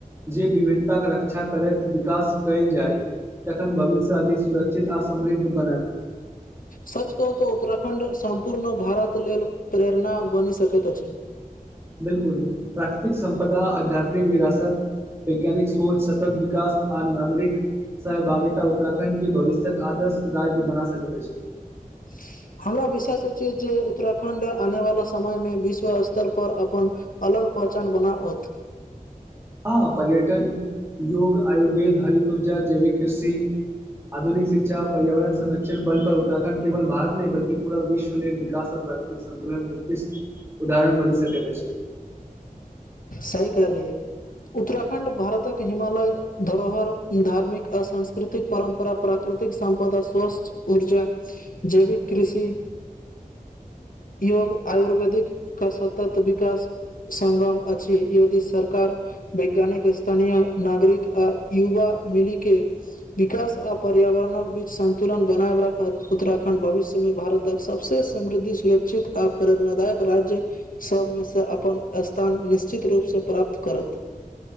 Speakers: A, on the right (about 20°); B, on the left (about 70°).
A: जे विविधताके रक्षा करैत विकास कयल जाय। तखन भविष्य अधिक सुरक्षित आ समृद्ध बनत।
B: सच कहू त उत्तराखण्ड सम्पूर्ण भारत लेल प्रेरणा बनि सकैत अछि।
A: बिलकुल प्राकृतिक संपदा आध्यात्मिक विरासत वैज्ञानिक सोच सतक विकास आर नागरिक सहभागिता उत्तराखण्ड के भविष्यक आदर्श राज्य बना सकैत अछि।
B: <inaudible> हमरा विश्वास जे उत्तराखंड आने वाला समय मे विश्व स्तर पर अपन अलग पहचान बना ओत। <inaudible>
A: हँ, पर्यटन, योग, आयुर्वेद, हरित ऊर्जा, जैविक कृषि। आधुनिक शिक्षा पर्यावरण संरक्षण बल पर उत्तराखंड केवल भारत नहि बल्कि पूरा विश्व लेल विकासक प्रकृति संतुलन, उत्कृष्ट, उदाहरण बनी सकत अछि।
B: सही कहलये। उत्तराखण्ड भारतक हिमालय धरोहर धार्मिक आ सांस्कृतिक परम्परा पराक्रम प्राकृतिक संपदा, स्वस्थ ऊर्जा, जैविक कृषि योग आयुर्वेदिक क सतत विकास सगम अछि। की योगी सरकार वैज्ञानिक स्थानीय नागरिक आ युवा मिली के विकास आ पर्यावरणक बीच संन्तुलन बनाय रखत, उत्तराखणंड भविष्यमे भारतक सबस समृद्धि, सुरक्षित, आ प्रेरणादायक राज्य सभमे से, अपन स्थान निश्चित निश्चित रूपसँ प्राप्त करत।